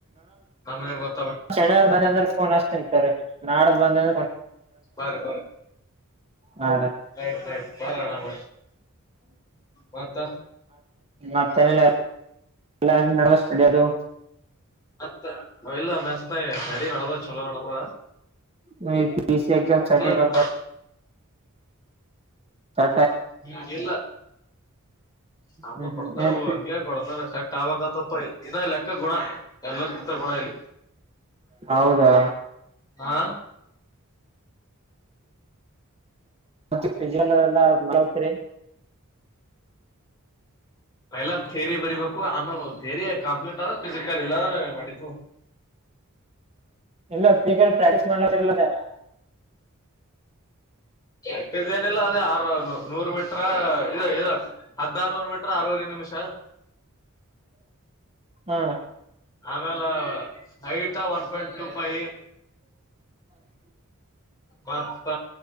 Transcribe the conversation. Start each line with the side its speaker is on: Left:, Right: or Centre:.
Left: ನಮಗ ನ್ ಗೊತ್ತ
Right: ಚಳಾರ್ ಬಂದ ಅಂದ್ರೆ ಕೋನ ತಿಂತಾರೆ ನಾಡಕ್ ಬಂದ್ರೆ
Left: ಬ ಬರ
Right: ಹಾಂ ರೀ
Left: ರಟ್ ರಟ್ ಬರಣಾಮ ಮತ್ತ
Right: ಅತ್ತನಲ್ಲ ಅಲ್ ನಮಸ್ತದು
Left: ಮತ್ ಇಲ್ಲ ಮೆಸ್ತ ನಡಿ ನಡ್ದ ಚಲೋ ನಡದ್
Right: ಬಿಎಸ್ ಸಿ ಎಕ್ಾಮ ಚ ಬ
Left: ನಿಂದ್
Right: ಸ
Left: ಹ್ಮ್ ಇಲ್ಲ ನಮ್ಗ್
Right: ಹ್ಮ್
Left: ಕೊಡ್ತಾರ
Right: ಹ್ಮ್ ಏನ್
Left: ಹೂ
Right: ಪಿ-
Left: ಹಂಗೆ ಕೊಡ್ತಾರ ಸಟ್ <unintelligible> ಇನ್ನ ಲೆಕ್ಕ ಗುಣ ಎಲ್ಲರ್ ಕಿತ್ತ ಗುಣ ಇಲ್ಲಿ
Right: ಹೌದಾ
Left: ಹಾ
Right: ಮತ್ತೆ ಪಿ ಜಿ ಎಲ್ಲ <unintelligible>
Left: ಎಲ್ಲಾ ಥೇರಿ ಬರಿಬೇಕು ಆಮೇಲೆ ರಿ ಕಂಪ್ಲೀಟ ಆದ ಪಿಿಸಿಕಲ್ ಇಲ್ಲದ ನಾ ನಡಿಿತ
Right: ಇಲ್ಲ ಫಿಸಿಕಲ್ ಪ್ರಾಕ್ಟೀಸ್ ಮಾಡ್ಲತ್ತಿರಲ್ಲ
Left: ಕೆಟ್ಟಿದ್ದೇನಿಲ್ಲ ಅದೇ ಆರಾಮ್ ನೂರು ಮಟ್ರ ಇ ಇ ಹದ್ಿನಾರನೂರು ಮಟ್ರ ಅರವರೆದು ನಿಮಿಷ
Right: ಹಾ
Left: ಆಮೇಲೆ ಹೈಟ್ ಒನ್ ಪಾಯಿಂಟ್ ಟ ಫೈ ಮತ್ತ